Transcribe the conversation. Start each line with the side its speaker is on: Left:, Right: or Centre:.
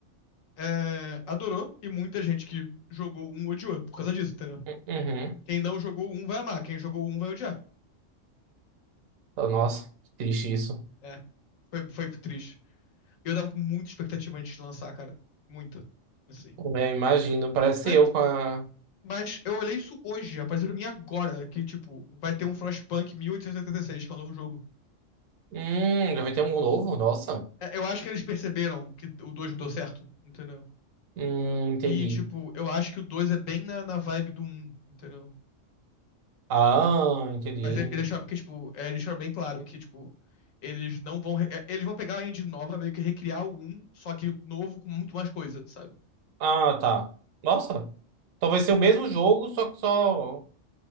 Left: é, adorou, e muita gente que jogou um odiou, por causa disso, entendeu?
Right: Uhum.
Left: Quem não jogou um vai amar, quem jogou um vai odiar.
Right: Oh, nossa, que triste isso.
Left: É, foi, foi triste. Eu dava com muita expectativa antes de lançar, cara. Muita. Assim.
Right: Hum, Eu imagino. Parece
Left: Aí,
Right: eu com a.
Left: mas eu olhei isso hoje, apareceu pra mim agora, que, tipo, vai ter um Frostpunk 1886, que é o novo jogo.
Right: Hum, já vai ter um novo? Nossa.
Left: É, Eu acho que eles perceberam que o 2 não deu certo, entendeu?
Right: Hum, entendi.
Left: E, tipo, eu acho que o 2 é bem na, na vibe do um, entendeu?
Right: Ah, entendi.
Left: Mas eles deixaram, porque, tipo, é, eles deixaram bem claro que, tipo, eles não vão. re- é, Eles vão pegar a engine nova, meio que recriar o um, só que novo com muito mais coisa, sabe?
Right: Ah, tá. Nossa. Então vai ser o mesmo jogo, só que só